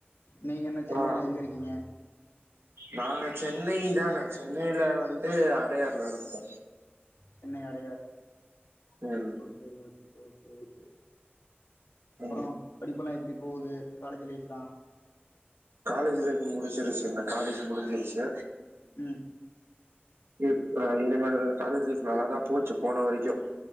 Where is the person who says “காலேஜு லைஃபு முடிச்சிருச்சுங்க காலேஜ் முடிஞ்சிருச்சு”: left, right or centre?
Right